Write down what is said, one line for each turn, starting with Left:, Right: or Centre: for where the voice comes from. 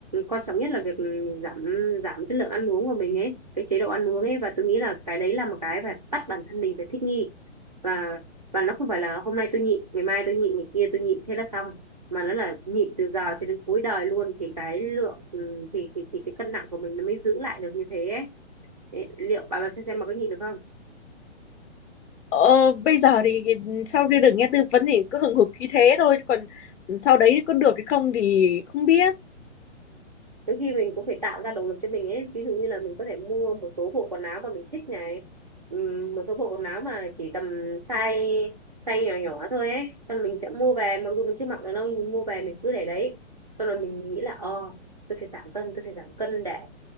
Right: quan trọng nhất là việc giảm giảm cái lượng ăn uống của mình ấy, cái chế độ ăn uống ấy và tôi nghĩ là cái đấy là một cái phải bắt bản thân mình phải thích nghi và và nó không phải là hôm nay tôi nhịn, ngày mai tôi nhịn, ngày kia tôi nhịn thế là xong mà nó là nhịn từ giờ cho đến cuối đời luôn thì cái lượng ừ, thì thì thì cái cân nặng của mình nó mới giữ lại được như thế ấy. Đấy, liệu bà bà xem xem bà có nhịn được không?
Left: ờ, bây giờ thì cái- sau khi được nghe tư vấn thì cứ hừng hực khí thế thôi chứ còn sau đấy có được hay không thì không biết
Right: đôi khi mình cũng phải tạo ra động lực cho mình ấy ví dụ như là mình có thể mua một số bộ quần áo mà mình thích này Ừm, một số bộ quần áo mà chỉ tầm size size nhỏ nhỏ thôi ấy xong rồi mình sẽ mua về mặc dù mình chưa mặc được đâu mình mua về mình cứ để đấy xong rồi mình nghĩ là ờ tôi phải giảm cân tôi phải giảm cân để